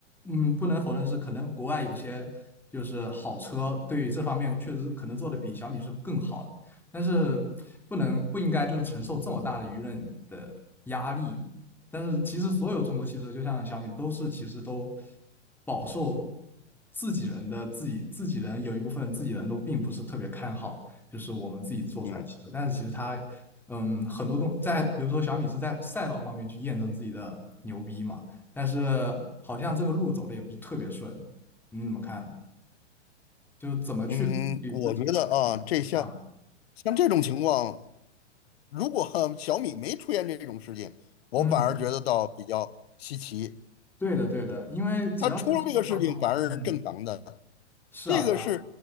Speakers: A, in the centre; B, on the left.
A: 嗯，不能否认是可能国外有些就是好车对于这方面确实可能做的比小米是更好的，但是不能不应该就是承受这么大的舆论的压力但是其实所有中国汽车，就像小米，都是其实都饱受自己人的自己自己人有一部分自己人都并不是特别看好，就是我们自己做出来的汽车。
B: 嗯
A: 但是其实它，嗯，很多东在，比如说小米是在赛道方面去验证自己的牛逼嘛，但是好像这个路走的也不是特别顺，你怎么看？就怎么去树立自己的
B: 嗯，我觉得啊，这像
A: 看法
B: 像这种情况，如果 <laughs> 小米没出现这种事情，我反而觉得倒比较稀奇。
A: 嗯，对的，对的，因为只要是车，
B: 它出了这个事情，
A: 它都嗯，
B: 反而是正常的。
A: 是啊，
B: 这个是
A: 是啊，